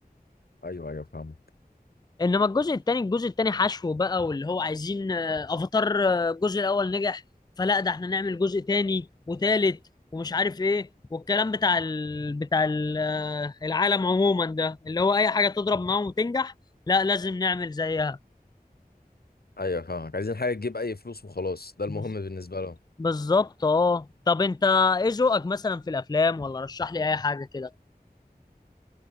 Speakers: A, on the left; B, on the left.
A: ايوه ايوه فاهمك
B: انما الجزء التاني الجزء التاني حشو بقى واللي هو عايزين آه، افاتار آه، الجزء الاول نجح فلا ده احنا نعمل جزء تاني وتالت ومش عارف ايه والكلام بتاع ال... بتاع ال... آه، العالم عموما ده اللي هو اي حاجة تضرب معاهم وتنجح لا لازم نعمل زيها
A: ايوه فاهمك عايزين حاجه تجيب اي فلوس وخلاص ده المهم
B: بز-
A: بالنسبه لهم
B: بالظبط اه طب انت ايه ذوقك مثلا في الافلام ولا رشح لي اي حاجة كده